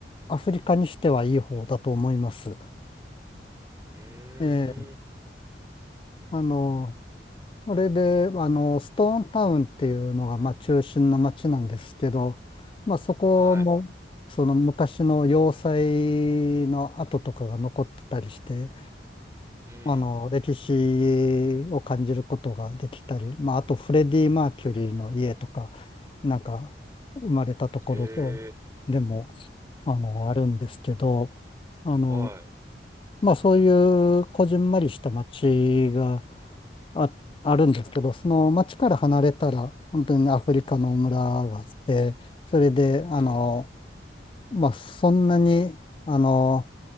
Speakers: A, on the left; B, on the right.
A: アフリカにしてはいい方だと思います。
B: うーん。
A: えーあの、それで、あの、ストーンタウンっていうのが、まあ、中心の街なんですけど、まあ、そこも、
B: はい。
A: その昔の要塞の跡とかが残ってたりして、
B: うん。
A: あの、歴史を感じることができたり、まあ、あとフレディ・マーキュリーの家とか、なんか生まれたところと、
B: へえ。
A: でも、あの、あるんですけど、あの、
B: は
A: まあ、そういうこじんまりした街があ、あるんですけど、その街から離れたら、本当にアフリカの村があって、それで、あの、
B: い。うん。
A: まあ、そんなに、あの、